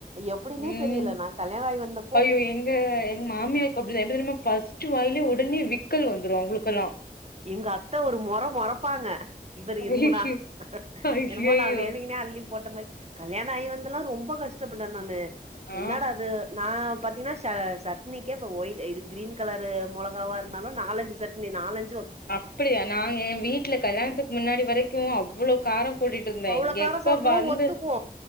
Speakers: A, on the right; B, on the left.
A: எப்பிடினே
B: ம்.
A: தெரியல நா கல்யாண ஆயி வந்த
B: ஐயோ எங்க எங் மாமியாருக்கு அப்பிடிதா எப்பிடி தெரியுமா பாஸ்டு வாயிலே உடனே விக் க்கல் வந்துரு அவுங்களுக்கெல்லா
A: எங்க அத்த ஒரு மொற மொறப்பாங்க இவர்
B: ஐயையோ
A: இரும்புனா
B: ஐயையோ.
A: என்னமோ நா வேதிங்கன்னே அள்ளி போட்ட மாரி கல்யா ந இவனுதெல்லா ரொம்ப கஷ்டப்பட்டே நானு
B: ஆ
A: என்னடா அது ந பாத்தீங்கன்னா ச சட்நீக்கே ஒயிட் இது கிரீன் கலரு மொளகாவா இருந்தாலு நாலஞ்சி சட்னி நாலஞ்
B: அப்பிடியா நாங்க ஏ வீட்ல கல்யாணத்துக்கு முன்னாடி வரை க்கு அவ்வளோ காரோ கூட்டிட்டு இருந்தே
A: அவ்ளோ
B: இங்க
A: காரோ
B: எப்ப
A: சாப்டுவோ
B: வந்து
A: ஒத்துக்கு